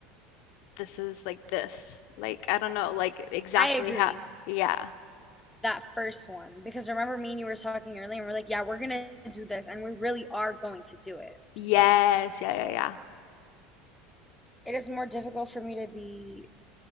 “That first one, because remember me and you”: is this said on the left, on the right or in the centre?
Centre